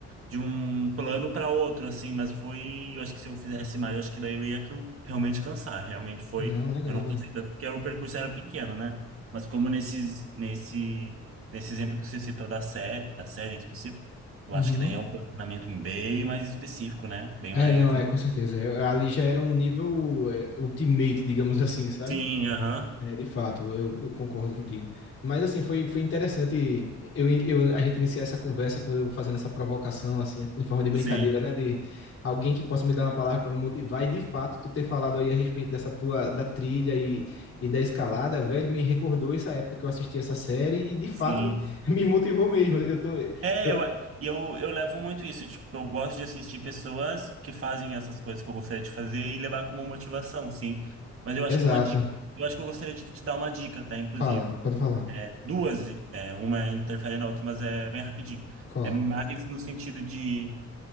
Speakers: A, on the right; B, on the left.
A: de um plano para outro, assim, mas foi, eu acho que se eu fizesse mais, eu acho que daí eu ia can- realmente cansar, realmente foi,
B: Não, legal,
A: eu não
B: velho.
A: cansei tanto porque o percurso era pequeno, né? Mas como nesses, nesse, nesse exemplo que você citou da série, da série em específico, eu
B: Uhum.
A: acho que daí é um condicionamento bem mais específico, né? Bem
B: É,
A: mais...
B: não, é, com certeza. Eu- ali já era um nível é, ultimate, digamos <laughs> assim, sabe?
A: Sim, aham,
B: É, de fato, eu, eu concordo contigo. Mas assim, foi, foi interessante eu, eu, a gente iniciar essa conversa com eu fazendo essa provocação, assim, em forma de brincadeira,
A: sim,
B: né? De alguém que possa me dar uma palavra para me motivar, e de fato, tu ter falado aí a respeito dessa tua da trilha e, e da escalada, velho, me recordou essa época que eu assisti essa série e de fato
A: sim.
B: <laughs> me motivou mesmo. Eu tô. eu-
A: É, eu, e eu, eu levo muito isso. Tipo, eu gosto de assistir pessoas que fazem essas coisas que eu gostaria de fazer e levar como motivação, sim. Mas eu
B: exato.
A: acho que uma dica, eu acho que eu gostaria de te dar uma dica, tá? Inclusive,
B: Fala, pode falar.
A: É, duas, é, uma interfere na outra, mas é bem rapidinho.
B: Qual?
A: É mais no sentido de